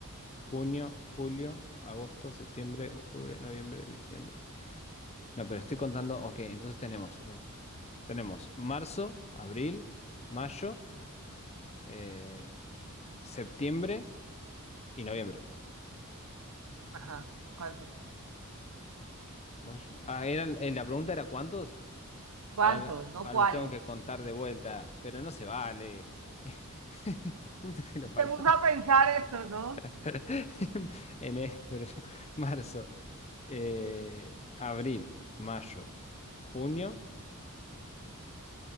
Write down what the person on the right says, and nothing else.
Ajá, ¿cuántos?
¿Cuántos?
¿No
cuáles?
Te gusta pensar esto, ¿no?